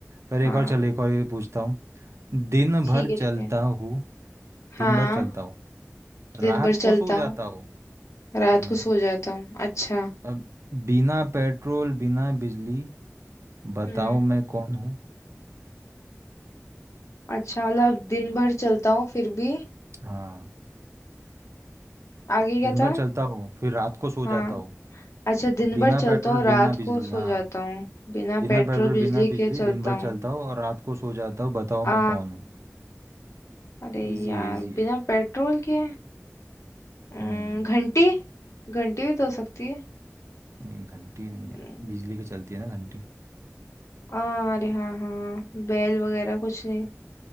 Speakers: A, on the right (about 60°); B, on the left (about 65°).
A: पर एक
B: हाँ
A: और चल एक और ये पूछता हूँ दिन
B: ठीक
A: भर
B: है
A: चलता
B: ठीक है
A: हूँ
B: हाँ
A: दिन भर चलता हूँ रात
B: दिन भर
A: को
B: चलता
A: सो जाता
B: हूँ
A: हूँ
B: रात
A: हम्म
B: को सो जाता हूँ अच्छा
A: अब बिना पेट्रोल बिना बिजली बताओ
B: हम्म
A: मैं कौन हूँ
B: अच्छा मतलब दिन भर चलता हूँ फिर भी
A: हाँ
B: आगे क्या
A: दिन
B: था
A: भर चलता हूँ फिर रात को सो
B: हाँ
A: जाता हूँ
B: अच्छा दिन
A: अब बिना
B: भर चलता
A: पेट्रोल
B: हूँ रात
A: बिना बिजली
B: को सो
A: हाँ
B: जाता हूँ बिना
A: बिना
B: पेट्रोल
A: पेट्रोल
B: बिजली
A: बिना बिजली
B: के चलता
A: दिन भर
B: हूँ
A: चलता हूँ और रात को सो जाता हूँ बताओ
B: आ
A: मैं कौन हूँ
B: अरे
A: इजी
B: यार
A: है इजी
B: बिना
A: है
B: पेट्रोल के अम,
A: हम्म
B: घंटी घंटी भी तो हो सकती है
A: नहीं, घंटी नहीं है
B: अम,
A: बिजली की चलती है ना घंटी
B: आ, अरे हाँ हाँ हाँ, बैल वगैरह कुछ नहीं